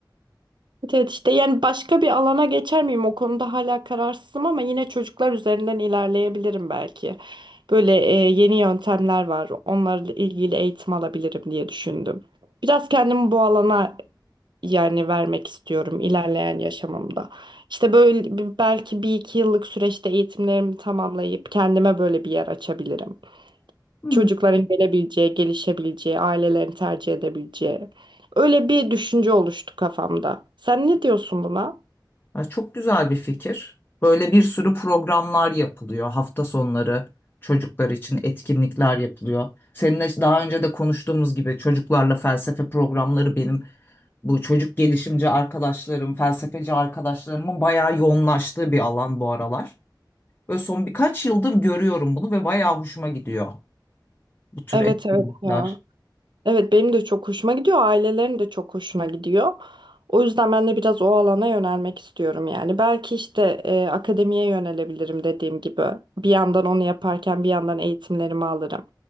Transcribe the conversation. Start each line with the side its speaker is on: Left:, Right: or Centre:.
Right: Evet, evet işte yani başka bir alana geçer miyim o konuda hala kararsızım ama yine çocuklar üzerinden ilerleyebilirim belki. Böyle e, yeni yöntemler var onlarla ilgili eğitim alabilirim diye düşündüm. Biraz kendimi bu alana yani vermek istiyorum ilerleyen yaşamımda. İşte böyle bir- belki bir iki yıllık süreçte eğitimlerimi tamamlayıp kendime böyle bir yer açabilirim.
Left: Hı.
Right: Çocukların gelebileceği, gelişebileceği, ailelerin tercih edebileceği. Öyle bir düşünce oluştu kafamda. Sen ne diyorsun buna?
Left: Ha, çok güzel bir fikir. Böyle bir sürü programlar yapılıyor. Hafta sonları çocuklar için etkinlikler yapılıyor. Seninle daha önce de konuştuğumuz gibi çocuklarla felsefe programları benim bu çocuk gelişimci arkadaşlarım, felsefeci arkadaşlarımın bayağı yoğunlaştığı bir alan bu aralar. Ve son birkaç yıldır görüyorum bunu ve bayağı hoşuma gidiyor bu tür
Right: Evet
Left: etkinlikler.
Right: evet ya. Evet benim de çok hoşuma gidiyor. Ailelerin de çok hoşuna gidiyor. O yüzden ben de biraz o alana yönelmek istiyorum yani. Belki işte e, akademiye yönelebilirim dediğim gibi. Bir yandan onu yaparken bir yandan eğitimlerimi alırım.